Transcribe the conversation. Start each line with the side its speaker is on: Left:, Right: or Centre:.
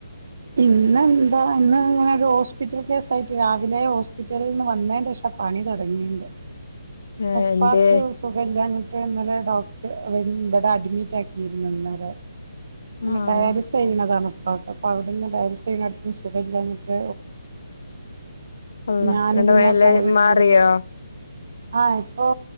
Right: ഇന്നെന്താന്ന് ഇന്ന് ഇങ്ങനെ ഓരോസ്പിറ്റൽകേസായിട്ട് രാവിലേ... ഹോസ്പിറ്റലിന്ന് വന്നെന്റെഷാ. പണി തുടങ്ങിണ്ട്
Left: ഏഹ്
Right: ഉപ്പാക്ക്
Left: എന്തേ
Right: സുഖല്ലാന്ന് ഇന്നലെ ഡോക്ടറ് ഇവിടെ അഡ്മിറ്റാക്കീന്നു ഇന്നലെ ങ്ങനെ
Left: ആഹ്
Right: ഡയാലിസെയ്യണതാണ്. പ്പാക്ക് അപ്പവ്ട്ന്ന് ഡയലിസെയ്യിണൊഡ്ത്ന്ന്
Left: അള്ളാ
Right: ഞാന്
Left: ഇങ്ങട്ട്
Right: പിന്നെ
Left: മേല്
Right: പോയി
Left: മാറിയോ
Right: ഇവിഡ്ന്ന് ആഹ ഇപ്പോ...